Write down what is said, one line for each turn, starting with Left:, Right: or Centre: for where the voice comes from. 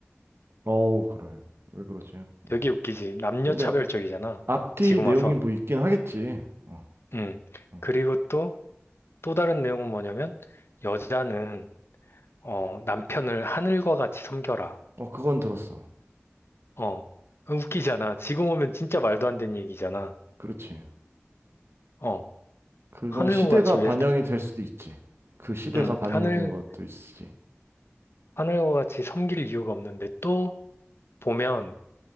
Right: 어 그래. 왜 그러지? 응.
Left: 되게 웃기지. 남녀
Right: 근데
Left: 차별적이잖아.
Right: 앞뒤
Left: 지금
Right: 내용이
Left: 와선.
Right: 뭐 있긴 하겠지. 어,
Left: 음.
Right: 어.
Left: 그리고 또 또 다른 내용은 뭐냐면 여자는 어, 남편을 하늘과 같이 섬겨라.
Right: 어, 그건 들었어.
Left: 어. 웃기잖아. 지금 오면 진짜 말도 안 되는 얘기잖아.
Right: 그렇지.
Left: 어.
Right: 그건
Left: 하늘과
Right: 시대가
Left: 같이 왜,
Right: 반영이 될 수도 있지. 그 시대가
Left: 음,
Right: 반영이
Left: 하늘,
Right: 된 것도 있지.
Left: 하늘과 같이 섬길 이유가 없는데 또 보면